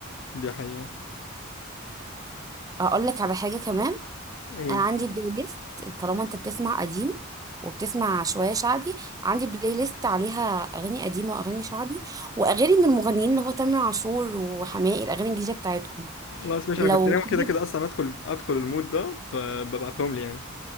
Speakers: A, on the left; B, on the right.
A: دي حقيقة
B: أقول لك على حاجة كمان
A: قول
B: أنا عندي بلاي ليست طالما أنت بتسمع قديم وبتسمع شوية شعبي عندي بلاي ليست عليها أغاني قديمة وأغاني شعبي وأغاني من المغنيين اللي هو تامر عاشور وحماقي الأغاني الجديدة بتاعتهم
A: خلاص ماشي
B: لو
A: أنا كنت ناوي
B: حابب
A: كده كده أصلا أدخل أدخل المود ده فببعتهم لي يعني